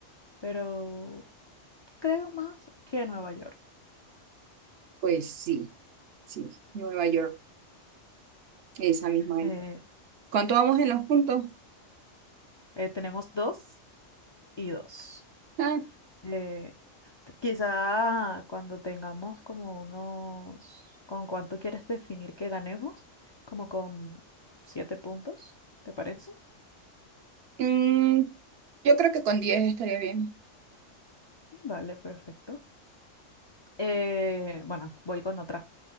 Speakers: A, on the left; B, on the right.
A: pero creo más que Nueva York.
B: Pues sí, sí, Nueva York, esa misma. ahí.
A: Eh,
B: ¿Cuánto vamos en los puntos?
A: eh, tenemos dos y dos.
B: Ah,
A: Eh, t- quizá cuando tengamos como unos, ¿con cuánto quieres definir que ganemos? Como con siete puntos, ¿te parece?
B: mm, yo creo que con diez estaría bien.
A: Vale, perfecto. Eh, bueno, voy con otra.